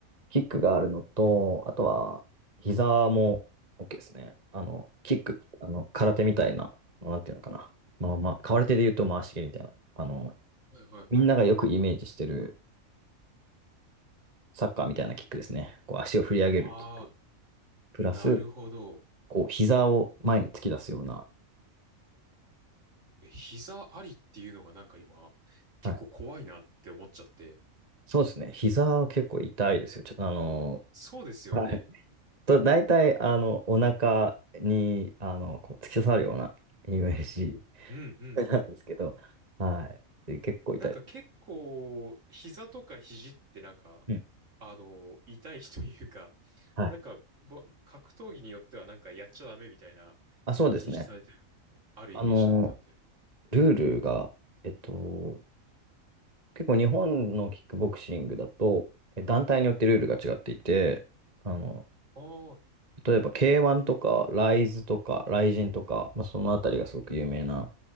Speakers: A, on the right; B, on the right.
A: キックがあるのと、あとは、膝も OK ですね。あの、キック、あの、空手みたいな、あのなんていうのかな。まあまあ、空手で言うと回し蹴りみたいな。あの、
B: はいはいはいはい。
A: みんながよくイメージしてるサッカーみたいなキックですね。こう、足を振り上げるキック。
B: ああ、
A: プラス、
B: なるほど。
A: こう、膝を前に突き出すような、
B: え、膝ありっていうのがなんか今、結構怖いなって思っちゃって。
A: はい。そうですね。膝は結構痛いですよ。ちょ、あの、
B: そうですよね。
A: はい。と、大体、あの、お腹に、あの、こう、突き刺さるようなイメージ
B: うんうんうん。
A: なんですけど、はい。で、結構痛いです。
B: なんか結構、膝とか肘ってなんか、
A: うん。
B: あの、痛いというか、
A: はい。
B: なんか、ぼ格闘技によってはなんかやっちゃダメみたいな
A: あ、そうですね。
B: 禁止されてるのもあるイメージだったんで。
A: あの、ルールが、えっと、結構日本のキックボクシングだと、え団体によってルールが違っていて、あの、
B: あー
A: 例えば K1 とか、ライズとか、ライジンとか、まあ、そのあたりがすごく有名な